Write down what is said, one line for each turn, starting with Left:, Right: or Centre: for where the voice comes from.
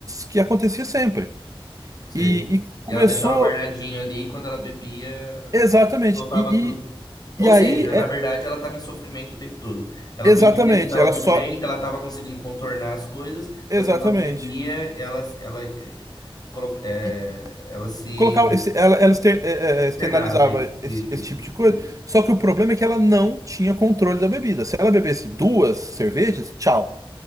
Right: que acontecia sempre.
Left: Sei.
Right: E, e começou
Left: E ela deixava guardadinho ali e quando ela bebia,
Right: exatamente.
Left: soltava
Right: E,
Left: tudo.
Right: e,
Left: Ou
Right: e aí.
Left: seja,
Right: é,
Left: na verdade, ela estava em sofrimento o tempo todo. Ela
Right: Exatamente,
Left: fingia que estava
Right: ela
Left: tudo
Right: só.
Left: bem, que ela estava conseguindo contornar as coisas,
Right: Exatamente.
Left: mas quando ela bebia, ela, ela, eh, colo- eh,
Right: E
Left: ela se
Right: colocava esse- ela, ela exter- é, é, é, externalizava
Left: internava. Isso, isso,
Right: esse, esse
Left: isso,
Right: tipo de coisa,
Left: isso.
Right: só que o problema é que ela não tinha controle da bebida. Se ela bebesse duas cervejas, tchau.